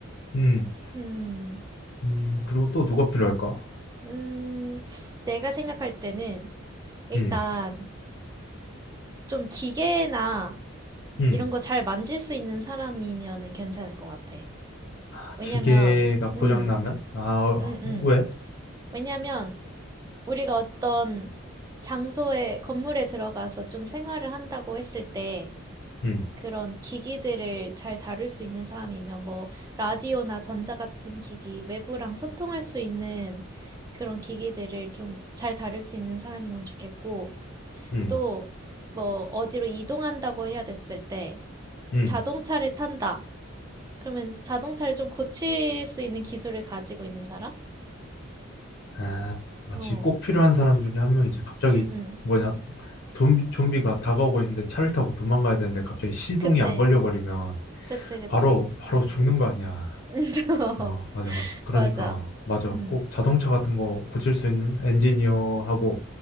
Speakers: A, on the left; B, on the right.
A: 음,
B: 음,
A: 음, 그리고 또 누가 필요할까?
B: 음, 내가 생각할 때는 일단
A: 음,
B: 좀 기계나
A: 음,
B: 이런 거 잘 만질 수 있는 사람이면은 괜찮을 것 같아.
A: 아,
B: 왜냐면,
A: 기계가 고장나면?
B: 음,
A: 아,
B: 음, 음.
A: 어, 왜?
B: 왜냐면 우리가 어떤 장소에, 건물에 들어가서 좀 생활을 한다고 했을 때
A: 음,
B: 그런 기기들을 잘 다룰 수 있는 사람이면 뭐 라디오나 전자 같은 기기, 외부랑 소통할 수 있는 그런 기기들을 좀 잘 다룰 수 있는 사람이면 좋겠고
A: 음,
B: 또 뭐 어디로 이동한다고 해야 됐을 때
A: 음.
B: 자동차를 탄다. 그러면 자동차를 좀 고칠 수 있는 기술을 가지고 있는 사람?
A: 아, 마치
B: 어,
A: 꼭 필요한 사람 중에 한 명이 이제 갑자기
B: 응, 응.
A: 뭐냐 좀비, 좀비가 다가오고 있는데 차를 타고 도망가야 되는데 갑자기 시동이
B: 그치,
A: 안 걸려버리면
B: 그치, 그치.
A: 바로 바로 죽는 거 아니야.
B: <laughs> 어,
A: 어, 맞아. 그러니까
B: 맞아.
A: 맞아.
B: 응,
A: 꼭 자동차 같은 거 고칠 수 있는 엔지니어하고